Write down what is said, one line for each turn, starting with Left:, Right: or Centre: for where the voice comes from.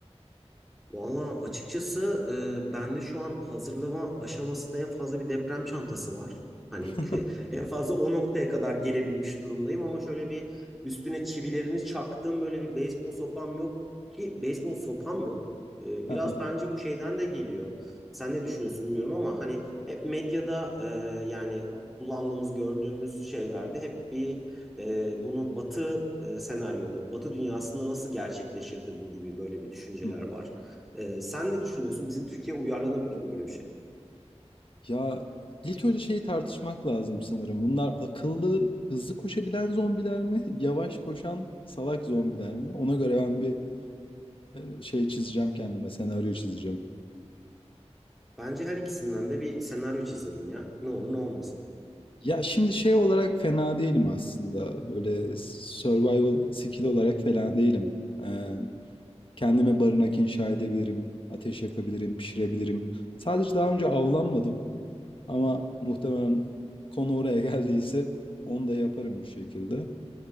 Centre: Valla açıkçası e, bende şu an hazırlama aşamasında en fazla bir deprem çantası var. Hani
Left: <laughs>
Centre: <laughs> en fazla o noktaya kadar gelebilmiş durumdayım ama şöyle bir üstüne çivilerini çaktığım böyle bir beyzbol sopam yok ki beyzbol sopam yok. E,
Left: Aha.
Centre: biraz bence bu şeyden de geliyor. Sen ne düşünüyorsun bilmiyorum ama hani hep medyada e, yani kullandığımız gördüğümüz şeylerde hep bir e, bunu Batı e, senaryoları, Batı dünyasında nasıl gerçekleşirdi bu gibi böyle bir düşünceler
Left: Hı hı.
Centre: var. Ee, sen ne düşünüyorsun? Bizim Türkiye uyarlanabilir mi böyle bir şey?
Left: Ya ilk önce şeyi tartışmak lazım sanırım. Bunlar akıllı, hızlı koşabilen zombiler mi? Yavaş koşan salak zombiler mi? Ona göre ben bir e, şey çizeceğim kendime, senaryo çizeceğim.
Centre: Bence her ikisinden de bir senaryo çizelim ya. Ne olur ne olmaz.
Left: Ya şimdi şey olarak fena değilim aslında. Böyle survival skill olarak falan değilim. Ee, kendime barınak inşa edebilirim, ateş yakabilirim, pişirebilirim. Sadece daha önce avlanmadım ama muhtemelen konu oraya <laughs> geldiyse onu da yaparım bir şekilde.